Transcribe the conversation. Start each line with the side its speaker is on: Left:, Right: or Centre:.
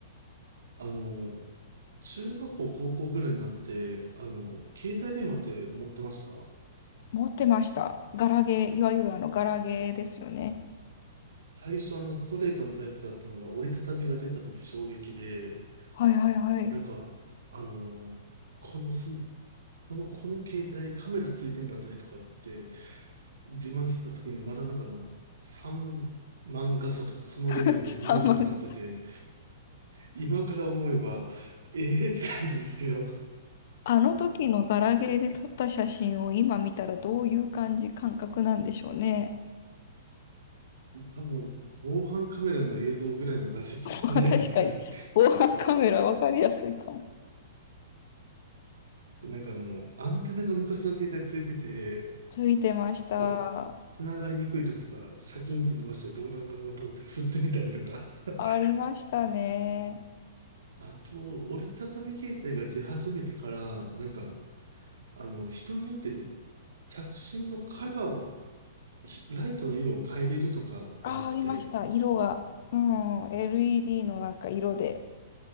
Right: あの、中学校、高校ぐらいになって、あの、携帯電話って持ってました
Left: 持ってました。ガラゲー、いわゆるあのガラゲーですよね。
Right: 最初あの、ストレートのタイプだったのが折りたたみが出た時衝撃で、
Left: はいはいはい。
Right: なんか、あの、このス、この、この携帯カメラついてんだぜとかって自慢してた時にまだなんかあの、3万画素とかそのレベルでニュースになってて、
Left: <laughs> 3番。
Right: 今から思えば、ええーって感じですけど、
Left: あの時のガラケーで撮った写真を今見たらどういう感じ、感覚なんでしょうね。
Right: 多分、防犯カメラの映像ぐらいの画質じゃないですかね。
Left: <laughs> 確かに、防犯カメラわかりやすいかも。
Right: で、なんかあの、アンテナが昔の携帯ついてて、
Left: ついてました。
Right: こう、繋がりにくい時とか、シャキンって伸ばして、ブンブンブンブンブンって振ってみたりとか。<laughs>
Left: ありましたね。
Right: あと、折りたたみ携帯が出始めてから、なんか、あの、人によって着信のカラーを、ひライトの色を変えれるとかがあって、
Left: あ、ありました。色が。うん、LED のなんか色で、